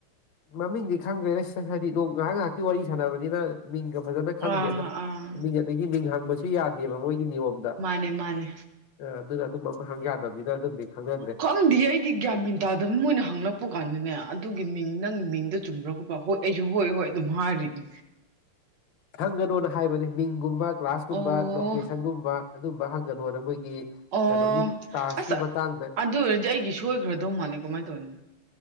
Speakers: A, on the left; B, on the right.
A: ꯃꯃꯤꯡꯗꯤ ꯈꯪꯗ꯭ꯔꯦ ꯅ ꯁꯤꯇꯪ ꯍꯥꯏꯗꯤ ꯅꯣꯡ ꯉꯥꯏꯍꯥꯛ ꯉꯥꯏꯍꯥꯛꯀꯤ ꯋꯥꯔꯤ ꯅꯕꯅꯤ ꯅ ꯃꯤ ꯐꯖꯅ ꯈꯪꯗꯦ
B: ꯑꯥ
A: ꯑꯗ
B: ꯑꯥ
A: ꯃꯤꯡ ꯑꯗꯒꯤ ꯃꯤꯡ ꯍꯪꯕꯁꯨ ꯌꯥꯗꯦꯕ ꯃꯣꯏꯒꯤ ꯅꯤꯌꯣꯝꯗ
B: ꯃꯥꯅꯦ ꯃꯥꯅꯦ
A: ꯑꯗꯨꯅ ꯑꯗꯨꯝ ꯑꯃ ꯍꯪ ꯌꯥꯗꯕꯅꯤꯅ ꯑꯗꯨꯝꯗꯤ ꯈꯪꯅꯗ꯭ꯔꯦ
B: ꯈꯪꯗꯤ ꯑꯩꯗꯤ ꯒ꯭ꯌꯥꯃꯤꯟꯇꯥꯥꯗ ꯑꯣꯏꯅ ꯍꯪꯂꯛꯄ ꯀꯥꯟꯗꯅꯦ ꯑꯗꯨꯒꯤ ꯃꯤꯡ ꯅꯪ ꯃꯤꯡꯗꯣ ꯆꯨꯝꯕ꯭ꯔꯒꯕ ꯍꯣꯏ ꯑꯩꯁꯨ ꯍꯣꯏ ꯍꯣꯏ ꯑꯗꯨꯝ ꯍꯥꯏꯔꯤꯅꯦ
A: ꯇꯣ ꯍꯥꯏꯕꯅꯦ ꯃꯤꯡꯒꯨꯝꯕ ꯀ꯭ꯂꯥꯁꯀꯨꯝꯕ
B: ꯑꯣ
A: ꯂꯣꯀꯦꯁꯟꯒꯨꯝꯕ ꯑꯗꯨꯝꯕ ꯍꯪꯒꯅꯣꯅ ꯃꯣꯏꯒꯤ
B: ꯑꯣ
A: ꯀꯩꯅꯣꯒꯤ ꯇꯥꯛꯁꯀꯤ
B: ꯑꯁ
A: ꯃꯇꯥꯡꯗ
B: ꯑꯗꯨ ꯑꯣꯏꯔꯗꯤ ꯑꯩꯒꯤ ꯁꯣꯏꯈ꯭ꯔꯗꯧ ꯃꯥꯜꯂꯦ ꯀꯃꯥꯏꯅ ꯇꯧꯅꯤ